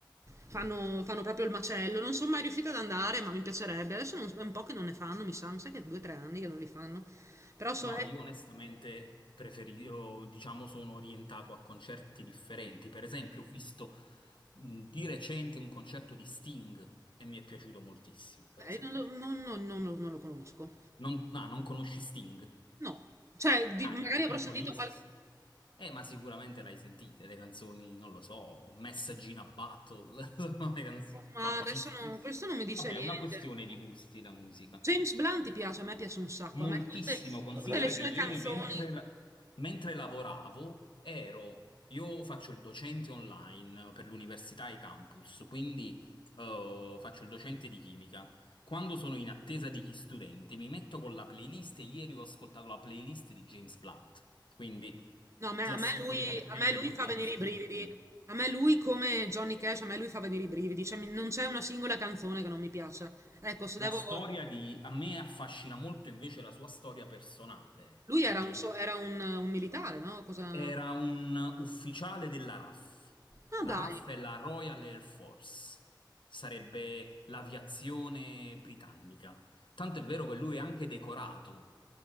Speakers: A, on the right; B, on the left.
A: fanno- fanno proprio il macello. Non sono mai riuscita ad andare, ma mi piacerebbe. Adesso non- è un po' che non ne fanno, mi sa, mi sa che è due o tre anni che non li fanno. Però so-
B: No,
A: eh,
B: io onestamente preferisco, diciamo, sono orientato a concerti differenti. Per esempio, ho visto mh, di recente un concerto di Sting e mi è piaciuto moltissimo, per esempio.
A: eh, non, lo non- non- non lo- non lo conosco.
B: Non, ah, non conosci Sting?
A: No, cioè di-
B: Ah,
A: magari
B: i,
A: avrò
B: i
A: sentito
B: Police.
A: qualche...
B: Eh, ma sicuramente l'hai sentite, le canzoni, non lo so, Message in a Battle, <laughs> sono le canzoni
A: Ma
B: famosissime.
A: adesso non- questo non mi dice
B: Vabbè,
A: niente.
B: è una questione di gusti la musica.
A: James Blunt ti piace, a me piace un sacco,
B: Moltissimo,
A: a me tutte
B: considera
A: tutte le sue
B: che ieri
A: canzoni.
B: mentre, la- mentre lavoravo ero, io faccio il docente online per l'università e i campus, quindi eh, faccio il docente di chimica. Quando sono in attesa degli studenti mi metto con la playlist e ieri ho ascoltato la playlist di James Blunt, quindi
A: No, a me,
B: ti assicuro
A: a me lui,
B: che piace
A: a me lui
B: moltissimo
A: fa venire i brividi.
B: anche a me.
A: A me lui, come Johnny Cash, a me lui fa venire i brividi. Cioè, mi- non c'è una singola canzone che non mi piaccia. Ecco, se devo...
B: La storia di, a me affascina molto invece la sua storia personale.
A: Lui
B: Ti,
A: era un, so- era un, un militare, no? Cosa...
B: Era un ufficiale della RAF.
A: Ah,
B: La
A: dai.
B: RAF è la Royal Air Force, sarebbe l'aviazione britannica. Tanto è vero che lui è anche decorato